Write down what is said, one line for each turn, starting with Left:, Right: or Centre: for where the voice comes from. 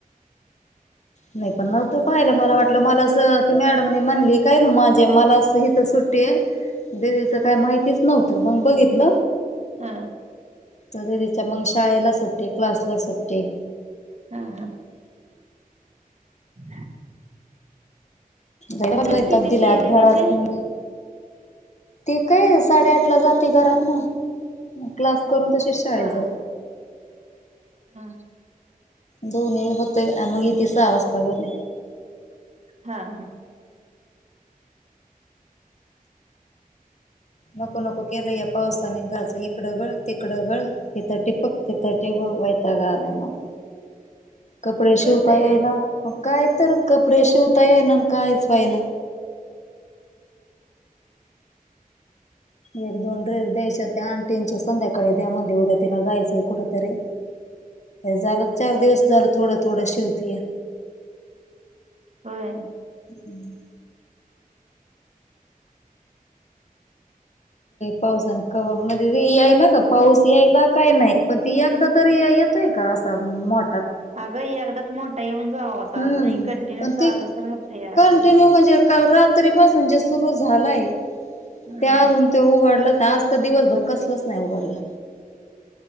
Left: नाही पण नव्हत पाहिल. मला वाटल मला अस ती मॅडमने म्हणली काय ना माझे मला अस हिथ सुट दीली का काय माहितीच नव्हत. मग बघितल
Right: हा
Left: त तिच्या मग शाळेला सुट्टी. क्लासला सुट्टी.
Right: हा हा <inaudible>
Left: वैताग
Right: वेळ कितीची
Left: दिलाय
Right: आहे दीदीची
Left: घरातनी ती काय साडे आठला जाती घरातन म क्लास करून तशी शाळेत
Right: हा
Left: जा
Right: हा
Left: दोन्ही हुतय आण मग येती सहा वाजता घरी.
Right: हा हा.
Left: नको नको केलंय पावसाने घरच इिकडं गळ तिकडं गळ हित टिपक तिथं टिपक वयताग आलाय मला. कपडे
Right: कळतय
Left: शिवता येयना काय तर कपडे शिवता ये ना कायच होईना. एक दोन ड्रेस द्यायच्या होते आणटींचे संध्याकाळी द्या म्हणले उद्या तिला जायचं कुठतरी जरा चार दिवस झालं थोडं थोडं शिवतिया.
Right: होय.
Left: हम्म. पावसाने कव मध्ये यायना का पाऊस यायला काय नाही. पण ती एकदा तरी येतोय का असा मो
Right: अगं अगदाच मोठा येऊन जाव होता
Left: हम्म
Right: असं नाही कंटिन्यू
Left: पण
Right: चालूच
Left: ती
Right: राहतय अगं.
Left: कंटिन्यू म्हणजे काल रात तरी पासून जे सुरू झालाय
Right: हम्म
Left: त्या अजून ते उघडला आज तर दिवसभर कसला नाही उघडला.